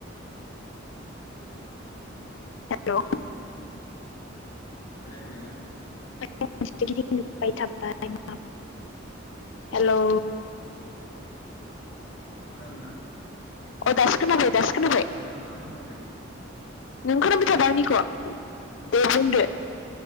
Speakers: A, on the left (about 70°); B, on the left (about 50°).
A: hello
B: hello खोनायाखै नोङो?
A: <unintelligible> हेलौ
B: खोनादों ना?
A: औ दासो खोनाबाय दासो खोनाबाय
B: खोनादों दा आं आं खोनादों।
A: नों खोनाबाय थादों
B: औ
A: आंनिखौ दे बुंदो